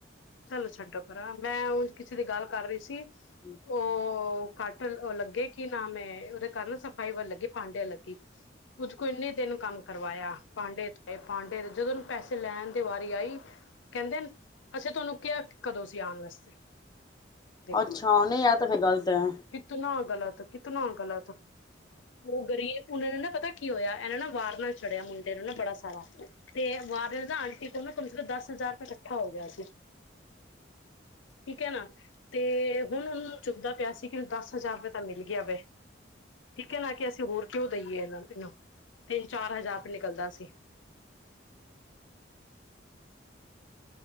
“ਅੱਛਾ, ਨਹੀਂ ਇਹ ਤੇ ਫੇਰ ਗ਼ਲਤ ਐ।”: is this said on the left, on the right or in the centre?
Left